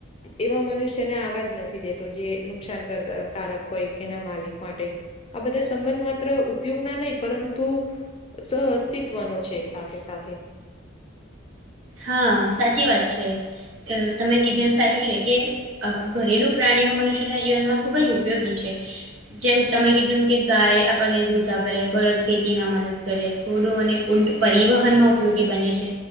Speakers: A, on the left; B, on the right.
A: એવા મનુષ્યને આવાજ નથી દેતો જે નુકસાન કર કારક હોય એના માલિક માટે આ બધા સંબંધ માત્ર ઉપયોગ ના નહી પરંતુ સહ અસ્તિત્વનો છે સાથે સાથે
B: હા સાચી વાત છે અ તમે કીધું એમ સાચું છે કે અ ઘરેલુ પ્રાણીઓ મનુષ્યના જીવનમાં ખુબ જ ઉપયોગી છે. જેમ તમે કીધું એમ કે ગાય આપણને દૂધ આપે બળદ ખેતીમાં મદદ કરે. ધોડો અને ઊંટ પરિવહનમાં ઉપયોગી બને છે.